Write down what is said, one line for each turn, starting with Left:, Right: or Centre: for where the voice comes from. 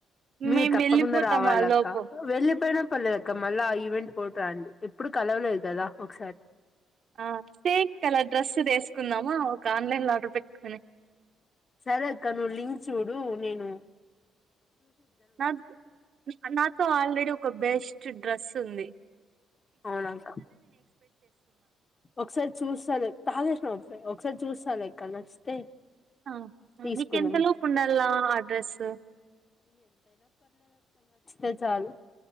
Left: మీర్
Right: మేము
Left: తప్పకుండా
Right: వెళ్ళిపోతాం
Left: రావాలక్క
Right: ఆ లోపు.
Left: పర్లేదాక్క మళ్ళా ఆ ఈవెంట్ కొట్రండి ఎప్పుడు కలవలేదు కదా ఒకసార్
Right: ఆ సేమ్ కలర్ డ్రస్ దేసుకుందామా ఒక ఆన్లైన్ లో ఆర్డర్ పెట్ కానక్
Left: సరే ఇక నువ్ లింక్ చూడు నీను
Right: నాథ్ నా నాతో ఆల్రెడీ ఒక బెస్ట్ డ్రస్ తుంది
Left: అవునట ఒకసారి చూసాలే తాగేసినపుడే ఒకసారి చూస్ ఫాలెక్క నచ్చితే
Right: ఆ ఆ
Left: తీసుకుందాం
Right: మీకెంత లోపు ఉండాలా ఆ డ్రస్సు
Left: తెలుసాలు